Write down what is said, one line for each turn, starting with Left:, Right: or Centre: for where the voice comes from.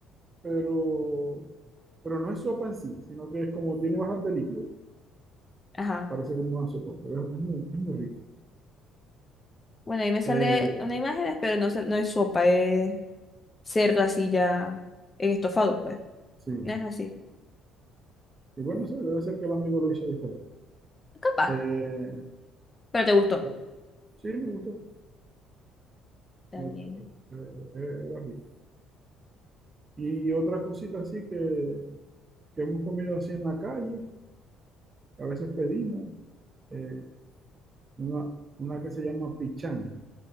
Right: pero, pero no es sopa en sí, sino que es como tiene bastante líquido.
Left: Ajá.
Right: Parece como una sopa, pero es, es muy, es muy rico.
Left: Bueno, ahí me sale
Right: Eh,
Left: una imagen, pero no, sal- no es sopa, es cerdo así ya en estofado, pues.
Right: sí.
Left: No es así.
Right: Y bueno, no sé, debe ser que el amigo lo hizo diferente.
Left: Capaz,
Right: Eh,
Left: pero te gustó.
Right: yo- sí, me gustó.
Left: Está
Right: Me
Left: bien.
Right: gustó. Eh, eh, era rico. Y otra cosita así que, que hemos comido así en la calle, a veces pedimos, eh, una, una que se llama pichanga.